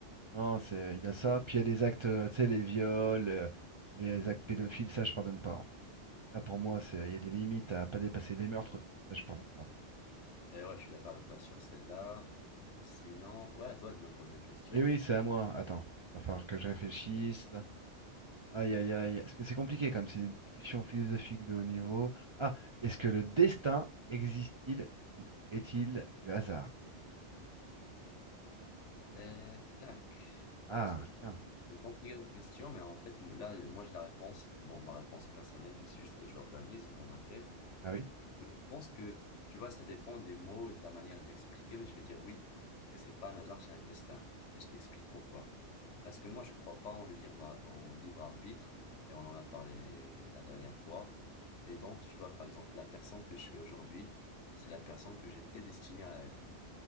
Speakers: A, on the right (about 45°); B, on the left (about 85°).
A: Non, c'est il y a ça. Puis il y a des actes, euh, tu sais, les viols, euh, les actes pédophiles, ça, je pardonne pas. hein. Ça, pour moi, c'est il y a des limites à pas dépasser les meurtres aussi. Ça, je pardonne pas.
B: Et ouais, je suis d'accord avec toi sur celle-là. Sinon, ouais, à toi de me poser une question.
A: Et oui, c'est à moi. Attends, va falloir que je réfléchisse. Aïe, aïe, aïe. Parce que c'est compliqué comme c'est des discussions philosophiques de haut niveau. Ah, est-ce que le destin existe-t-il ou est-il du hasard?
B: Et tac,
A: Ah,
B: Bah, c'est
A: tiens.
B: c'est compliqué aux questions, mais en fait, là, moi, j'ai la réponse. Bon, ma réponse personnelle, mais c'est juste que je l'organise dans ma tête.
A: Ah oui,
B: Mais Je pense que, tu vois, ça dépend des mots et de la manière de l'expliquer, mais je vais dire oui, que c'est pas un hasard, c'est un destin. Et je t'explique pourquoi. Parce que moi, je crois pas en le libre, en libre arbitre, et on en a parlé la dernière fois. Et donc, tu vois, par exemple, la personne que je suis aujourd'hui, c'est la personne que j'étais destinée à être,